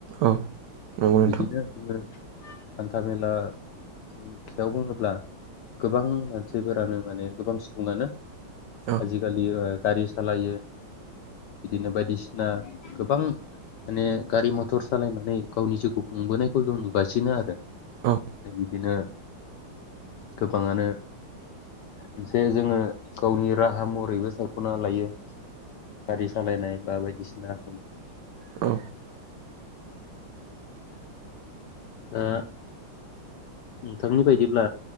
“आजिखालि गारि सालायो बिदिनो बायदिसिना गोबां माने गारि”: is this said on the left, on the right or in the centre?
Left